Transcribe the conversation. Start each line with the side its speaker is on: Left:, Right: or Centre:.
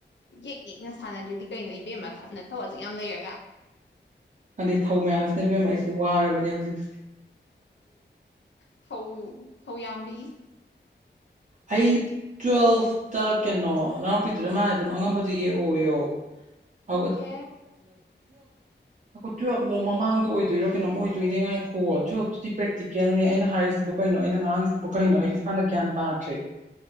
Left: ꯌꯦꯛ ꯌꯦꯛꯅ ꯁꯥꯟꯅꯗ꯭ꯔꯗꯤ ꯀꯩꯅꯣ ꯏꯕꯦꯝꯃ ꯊꯞꯅ ꯅꯊꯧ ꯑꯗꯨ ꯌꯥꯝ ꯂꯩꯔꯒ
Right: ꯍꯥꯏꯗꯤ ꯊꯧ ꯃꯌꯥꯝꯁꯤꯅ ꯑꯕꯦꯝꯃ ꯑꯩꯁꯦ ꯋꯥꯔꯕꯅꯦ ꯍꯧꯖꯤꯛꯁꯦ
Left: ꯐꯥꯎ ꯐꯥꯎꯌꯥꯝꯕꯤ
Right: ꯑꯩ ꯇꯨꯋꯦꯜꯐꯇ ꯀꯩꯅꯣ ꯏꯅꯥꯎꯄꯤꯗꯨꯅ ꯃꯥ ꯑꯗꯨꯝ ꯑꯉꯝꯕꯗꫭ ꯌꯦꯛꯑꯣꯌꯣ <inaudible>
Left: ꯑꯣꯀꯦ
Right: ꯑꯣ ꯇꯨꯋꯦꯜꯕ ꯂꯣ ꯃꯃꯥꯡꯗꯣ ꯑꯣꯏꯗꯣꯏꯔꯣ ꯀꯩꯅꯣꯝ ꯑꯣꯏꯗꯣꯏꯅꯤ ꯉꯥꯏꯈꯣ ꯇꯨꯋꯦꯜꯕꯇꯨꯗꯤ ꯄ꯭ꯔꯦꯛꯇꯤꯀꯦꯜꯅꯦ ꯑꯩꯅ ꯍꯥꯏꯔꯤꯁꯤꯕꯨ ꯀꯩꯅꯣ ꯑꯩꯅ ꯑꯉꯥꯡꯁꯤꯕꯨ ꯀꯩꯅꯣ ꯑꯩ ꯏꯁꯥꯅ ꯒ꯭ꯌꯥꯟ ꯇꯥꯗ꯭ꯔꯦ